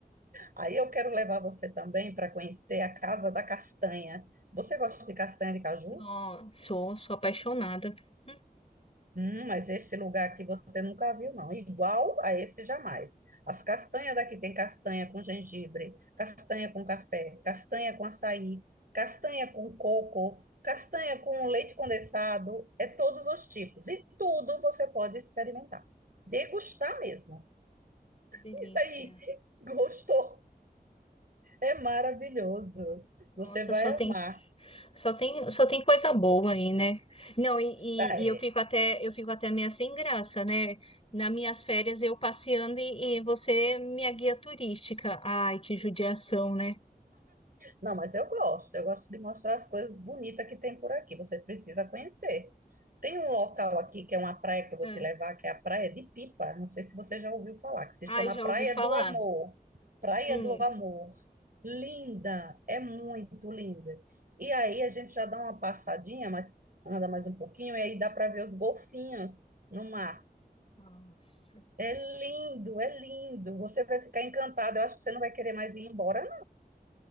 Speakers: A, on the right (about 60°); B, on the left (about 35°).
A: Aí eu quero levar você também para conhecer a Casa da Castanha. Você gosta de castanha de caju?
B: Nossa, sou, sou apaixonada. Hum,
A: Hum, mas esse lugar aqui você nunca viu, não. Igual a esse jamais. As castanhas daqui tem castanha com gengibre, castanha com café, castanha com açaí, castanha com coco, castanha com leite condensado, é todos os tipos. E tudo você pode experimentar. Degustar mesmo.
B: que delícia.
A: <laughs> E aí, gostou? É maravilhoso.
B: Nossa,
A: Você vai
B: só
A: amar.
B: tem Só tem, só tem coisa boa aí, né? Não, e, e-
A: Ah, é.
B: e eu fico até, eu fico até meio sem graça, né? Nas minhas férias eu passeando e, e você minha guia turística. Ai, que judiação, né?
A: Não, mas eu gosto. Eu gosto de mostrar as coisas bonitas que tem por aqui. Você precisa conhecer. Tem um local aqui que é uma praia que eu vou
B: Ah,
A: te levar, que é a Praia de Pipa. Não sei se você já ouviu falar, que se
B: Ai,
A: chama
B: já
A: Praia
B: ouvi falar.
A: do Amor. Praia
B: Hum.
A: do Amor. Linda, é muito linda. E aí a gente já dá uma passadinha, mas anda mais um pouquinho, e aí dá para ver os golfinhos no mar.
B: Nossa.
A: É lindo, é lindo. Você vai ficar encantado. Eu acho que você não vai querer mais ir embora,